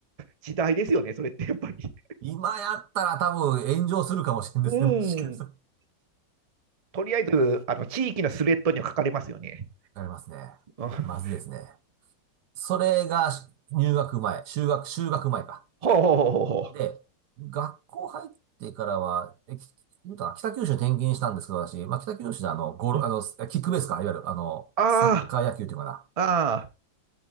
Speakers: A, on the right; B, on the right.
A: 時代ですよね、それってやっぱり。
B: 今やったら多分炎上するかもしれんですね、
A: うん。
B: <laughs> もしかしたら。わ
A: とりあえず、あの地域のスレッドには書かれますよね。
B: かりますね。
A: うん
B: まずいですね。それが入学前、修学、修学前か。
A: ほうほうほうほうほう。
B: で、学校入ってからは、え、き言うたら北九州転勤したんですけど、私、まあ、北九州であの、ゴール、
A: あ
B: あの、キックベースか、いわゆる、あの、
A: あ
B: サッカー野球っていうかな。
A: あー、あ